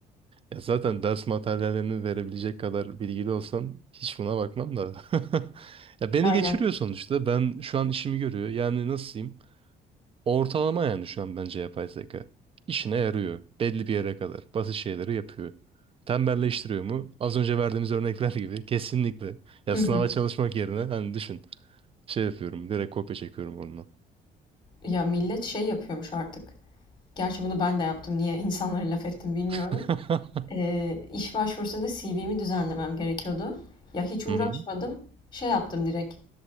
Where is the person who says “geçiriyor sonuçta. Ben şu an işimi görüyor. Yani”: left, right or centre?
Right